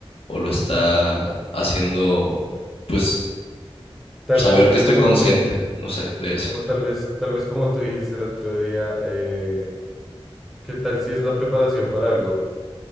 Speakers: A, on the left; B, in the centre.
A: o lo está haciendo, pues,
B: Tal
A: saber
B: vez,
A: que estoy
B: como
A: consciente,
B: tú, di-
A: no sé, de eso.
B: como tal vez, tal vez como tú dijiste el otro día, eh, ¿Qué tal si es la preparación para algo?